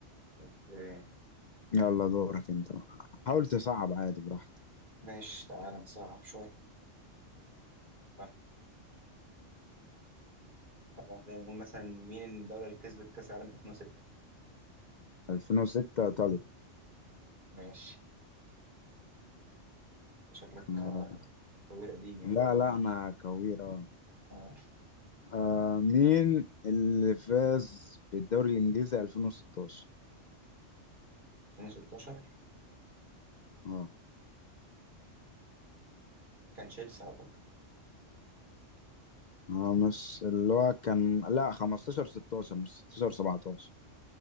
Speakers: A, on the right (about 40°); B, on the left (about 65°).
A: اوكي
B: يلا دورك انت بقى. حاول تصعب عادي براحتك
A: ماشي تعالى نصعب شويه بقى. تعالى نقول مثلا مين الدوله اللي كسبت كاس العالم 2006
B: 2006 ايطاليا
A: ماشي شكلك
B: آه.
A: آه، خبير قديم يعني
B: لا لا انا كويرة آه.
A: آه،
B: آه، مين اللي فاز بالدوري الانجليزي 2016
A: 2016
B: اه
A: كان تشيلسي اعتقد
B: اه مش اللي هو كان لا 15 16 مش 16 17